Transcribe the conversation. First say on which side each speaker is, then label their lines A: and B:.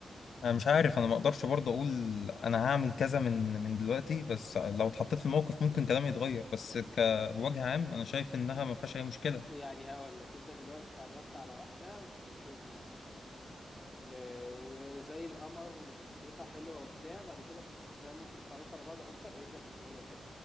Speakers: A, on the left; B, on the left.
A: أنا مش عارف أنا ما أقدرش برضه أقول أنا هعمل كذا من من دلوقتي بس لو اتحطيت في الموقف ممكن كلامي يتغير بس ك... بوجه عام أنا شايف إنها ما فيهاش أي مشكلة
B: يعني هقول لك انت دلوقتي اتعرفت على واحدة في الشغل مثلا آه، وزي القمر وشخصيتها حلوة وبتاع بعد كده في وسط الكلام وانتوا بتتعرفوا على بعض اكتر قالت لك ان هي كده